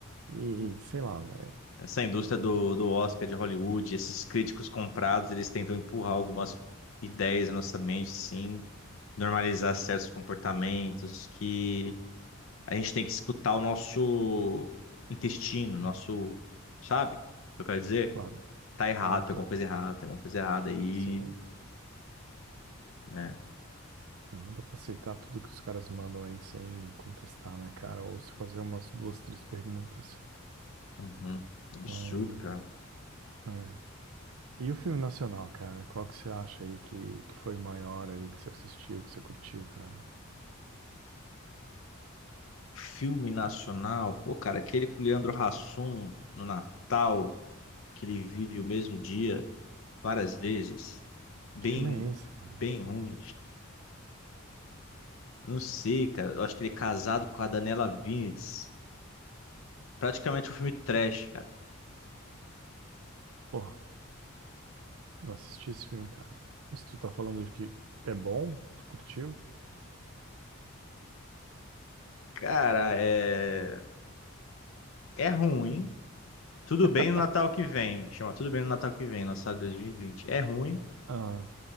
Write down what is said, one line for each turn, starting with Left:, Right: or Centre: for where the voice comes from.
Right: E sei lá, né?
Left: Essa indústria do, do Oscar de Hollywood, esses críticos comprados, eles tentam empurrar algumas ideias na nossa mente, sim, normalizar certos comportamentos que A gente tem que escutar o nosso intestino, nosso, sabe? O que eu quero dizer?
Right: Claro,
Left: Tá errado,
Right: claro,
Left: tem
Right: claro.
Left: alguma coisa errada, tem alguma coisa errada aí,
Right: Sim,
Left: né?
Right: não dá pra aceitar tudo que os caras mandam aí sem contestar, né, cara? Ou se fazer umas duas, três perguntas.
Left: Uhum. Absurdo,
Right: Então,
Left: cara.
Right: é. E o filme nacional, cara? Qual que você acha aí que, que foi o maior aí que você assistiu, que você curtiu, cara?
Left: Filme nacional, pô, cara, aquele com o Leandro Hassum no Natal, que ele vive o mesmo dia várias vezes. Bem,
Right: Que filme é esse, cara?
Left: bem ruim. Não sei, cara. Eu acho que ele é casado com a Daniela Vinitz. Praticamente um filme trash, cara.
Right: Pô. Não assisti esse filme, cara. Mas tu tá falando que é bom? Tu curtiu?
Left: Cara, é. É ruim. Tudo
Right: <laughs>
Left: Bem no Natal que vem. Chama Tudo Bem no Natal que vem, lançado em 2020. É ruim.
Right: Ah,